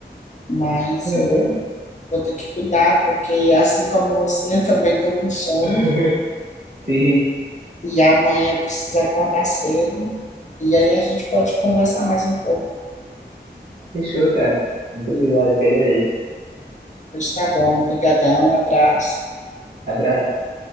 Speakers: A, on the left; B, on the right.
A: mas
B: Aham.
A: eu vou ter que cuidar, porque assim como você, eu também estou com sono
B: <laughs> Sim.
A: E amanhã eu preciso acordar cedo. E aí a gente pode conversar mais um pouco.
B: Fechou, cara. Muito obrigado, eu que agradeço.
A: Mas tá bom. Obrigadão. Abraço.
B: Abraço.